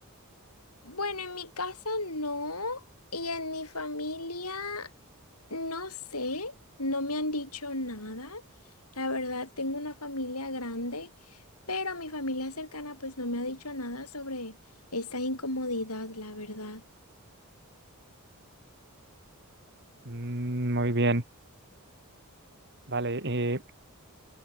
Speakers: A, on the left; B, on the right.
A: Bueno, en mi casa no, y en mi familia no sé, no me han dicho nada. La verdad, tengo una familia grande, pero mi familia cercana pues no me ha dicho nada sobre esta incomodidad, la verdad.
B: Mm, muy bien. Vale. eh,